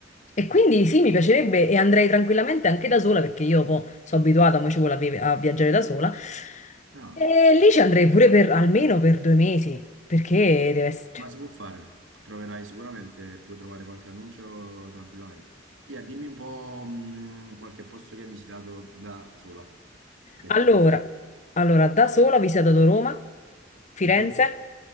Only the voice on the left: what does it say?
E quindi sì, mi piacerebbe e andrei tranquillamente anche da sola perché io poi sono abituata, mo ci vuole a, vi- a viaggiare da sola.
E lì ci andrei pure per almeno per due mesi, perché deve essere.
Allora,
allora, da sola ho visitato Roma, Firenze,